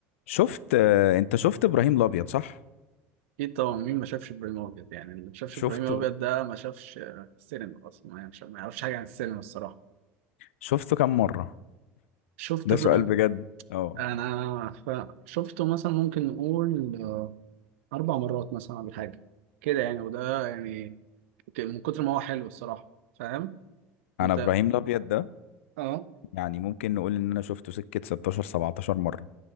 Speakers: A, on the left (about 85°); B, on the right (about 85°).
A: شفت آه، انت شفت ابراهيم الابيض صح
B: اكيد طبعا مين ما شافش ابراهيم الابيض يعني اللي ما شافش
A: شفته
B: ابراهيم الابيض ده ما شافش آه، السينما اصلا ما يعرفش ما يعرفش حاجه عن السينما الصراحه
A: شفته كم مره
B: شفت
A: ده
B: ابراهيم
A: سؤال بجد اه
B: انا ف- شفته مثلا ممكن نقول آه، اربع مرات مثلا ولا حاجه كده يعني وده يعني ك- من كتر ما هو حلو الصراحه فاهم
A: انا
B: انت
A: ابراهيم الابيض ده
B: اه
A: يعني ممكن نقول ان انا شفته سكه 16 17 مره